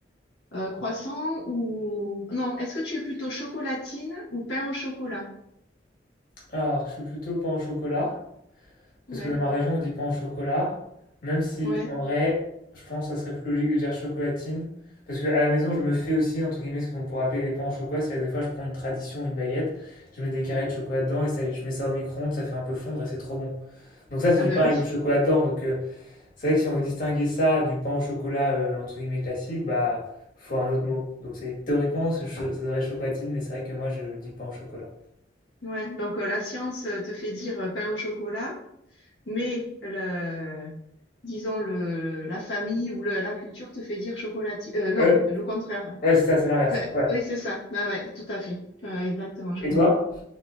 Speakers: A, on the left; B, on the left.
A: euh, croissant ou... Non, est-ce que tu es plutôt chocolatine ou pain au chocolat?
B: Alors, je suis plutôt pain au chocolat.
A: Ouais,
B: Parce que dans ma région, on dit pain au chocolat. Même si,
A: ouais.
B: en vrai, je pense que ça serait plus logique de dire chocolatine. Parce que à la maison, je me fais aussi, entre guillemets, ce qu'on pourrait appeler des pains au chocolat. C'est-à-dire que des fois, je prends une tradition ou une baguette, je mets des carrés de chocolat dedans et ça, je mets ça au micro-ondes, ça fait un peu fondre et c'est trop bon. Donc ça, c'est
A: Ah
B: du
A: bah
B: pain
A: oui.
B: avec du chocolat dedans. Donc euh, c'est vrai que si on veut distinguer ça du pain au chocolat euh, entre guillemets classique, bah faut un autre mot. Donc c'est théoriquement c'est cho- ça devrait être chocolatine, mais c'est vrai que moi je dis pain au chocolat.
A: Ouais, donc euh, la science euh, te fait dire euh, pain au chocolat mais le, disons le, la famille ou le- la culture te fait dire chocolatier. Euh, non,
B: Euh,
A: le contraire.
B: ouais, c'est ça, c'est l'inverse.
A: Enfin,
B: Ouais.
A: oui, c'est ça. Ah ouais, tout à fait. Euh, exactement, je
B: Et
A: comprends.
B: toi?